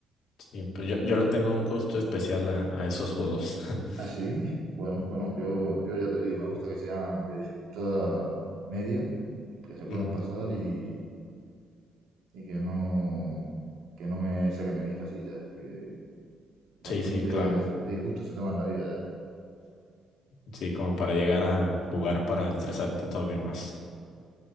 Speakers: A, on the left (about 80°); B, on the right (about 85°).
A: sí, pues yo, yo le tengo un gusto especial a, a esos juegos. <laughs>
B: Así, bueno, bueno, yo, yo ya te digo, me gusta que sean de dificultad media, que se puedan
A: Mm,
B: pasar y, y que no, que no me saquen de mis casillas, que bastante
A: Sí, sí, claro.
B: disgusto se toma en la vida
A: Sí, como para llegar a jugar para estresarte todavía más.